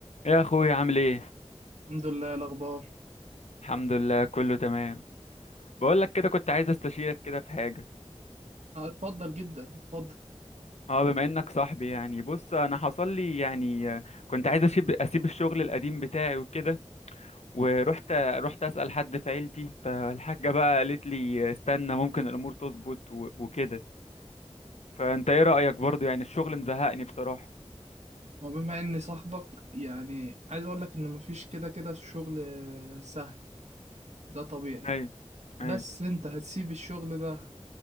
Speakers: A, on the left; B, on the right.
A: يا اخوي عامل ايه
B: الحمد لله إيه الأخبار
A: الحمد لله كله تمام بقول لك كده كنت عايز استشيرك كده في حاجه
B: آه، اتفضل جدا اتفضل
A: اه بما انك صاحبي يعني بص انا حصل لي يعني آه، كنت عايز اسيب اسيب الشغل القديم بتاعي وكده ورحت رحت اسال حد في عيلتي فالحاجه بقى قالت لي آه، استنى ممكن الامور تظبط و- وكده فانت ايه رايك برضو يعني الشغل مزهقني بصراحه
B: وبما إني صاحبك يعني عايز أقول لك إن مفيش كده كده شغل آه، سهل ده طبيعي
A: ايوه
B: بس
A: ايوه
B: أنت هتسيب الشغل ده